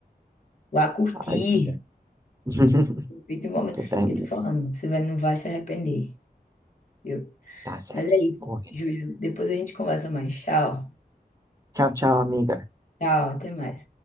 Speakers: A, on the left; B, on the right.
A: vá curtir.
B: Aí já. <laughs>
A: Aproveite o momento.
B: Tô terminando.
A: Eu tô falando, você vai, não vai se arrepender, viu?
B: Tá certo.
A: Mas é isso,
B: Corre.
A: Júlio. Depois a gente conversa mais. Tchau.
B: Tchau, tchau, amiga.
A: Tchau, até mais.